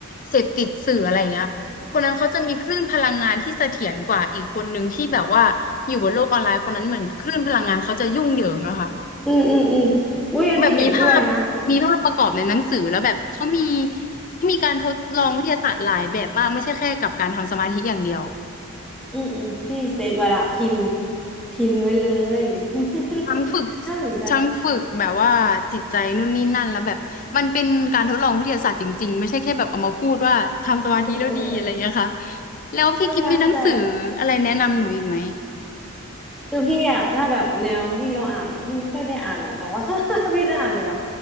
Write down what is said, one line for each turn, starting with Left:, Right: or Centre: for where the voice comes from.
Left: เสพติดสื่ออะไรอย่างเงี้ยคนนั้นเขาจะมีคลื่นพลังงานที่เสถียรกว่าอีกคนนึงที่แบบว่าอยู่บนโลกออนไลน์คนนั้นเหมือนคลื่นพลังงานเขาจะยุ่งเหยิงอะค่ะ
Centre: อืมอืมอืมอุ้ยอันนี้เห็นด้วยนะ
Left: แบบมีภาพมีภาพประกอบในหนังสือแล้วแบบเขามีเขามีการทดลองวิทยาศาสตร์หลายแบบมากไม่ใช่แค่กับการทำสมาธิอย่างเดียว
Centre: อืมอืมพี่เซฟไว้ละพินพินไว้เลย <laughs>
Left: ทั้งฝึก
Centre: น่าสนใจ
Left: ทั้งฝึกแบบว่าจิตใจนู่นนี่นั่นแล้วแบบมันเป็นการทดลองวิทยาศาสตร์จริงๆไม่ใช่แค่แบบเอามาพูดว่าทำสมาธิแล้วดีอะไรอย่างเงี้ยค่ะ
Centre: เออเออ
Left: แล้วพี่กิฟมีหนังสืออะไรแนะนำหนูอีกไหม
Centre: เข้าใจเข้าใจคือพี่อ่ะถ้าแบบแนวที่เราอ่านอ่ะพี่ไม่ค่อยได้อ่านอ่ะแต่ว่า <laughs> พี่จะอ่านไปแบบ